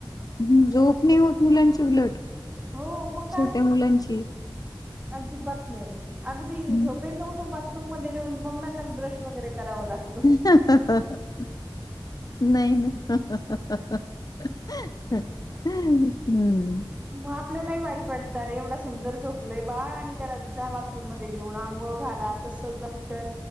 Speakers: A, on the left (about 50°); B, on the right (about 15°).
A: ह, झोप नाही होत, मुलांची उलट.
B: हो, मग काय.
A: छोट्या मुलांची
B: अजिबात नाही. अगदी
A: हम्म.
B: झोप पेतन उठून बाथरूम मध्येे नेऊन, मम्म्यांना ब्रश वगैरे कराव लागतय.
A: <unintelligible> नाही न. <unintelligible> <unintelligible> हम्म.
B: मग, आपल्यालाही वाईट वाट तर एवढा सुंदर झोपलंय बाळ. आणि त्याला जा, बाथरूम मध्ये घेऊन, आंघोळ घाला. तसच दप्तर